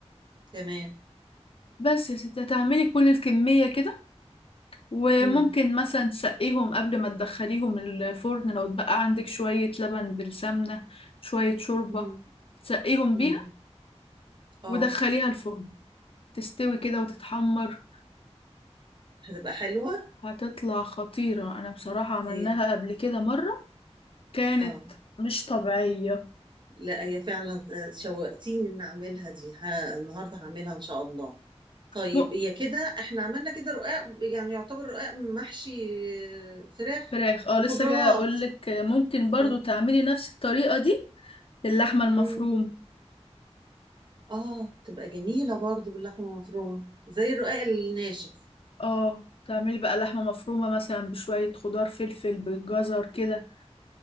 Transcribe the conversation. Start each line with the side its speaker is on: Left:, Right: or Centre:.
Right: تمام
Left: بس يا ستي هتعملي كل الكمية كده وممكن
Right: امم
Left: مثلا تسقيهم قبل ما تدخليهم الفرن لو اتبقى عندك شوية لبن بالسمنة شوية شوربة
Right: امم
Left: تسقيهم
Right: امم
Left: بيها
Right: اه
Left: ودخليها الفرن تستوي كده وتتحمر
Right: هتبقى حلوه
Left: هتطلع خطيرة أنا بصراحة عملناها
Right: هي
Left: قبل كده مرة كانت
Right: اه
Left: مش طبيعية
Right: لا هي فعلا آه، شوقتيني ان اعملها دي ه... النهارده هعملها ان شاء الله طيب
Left: م-
Right: هي كده احنا عملنا كده رقاق يعني يعتبر رقاق محشي آه، فراخ
Left: فراخ اه
Right: وخضروات
Left: لسه جاية أقولك ممكن برضو
Right: اه
Left: تعملي نفس الطريقة دي للحمة المفروم
Right: امم اه تبقى جميله برضو باللحمه المفرومه زي الرقاق الناشف
Left: اه تعملي بقى لحمة مفرومة مثلا بشوية خضار فلفل بالجزر كده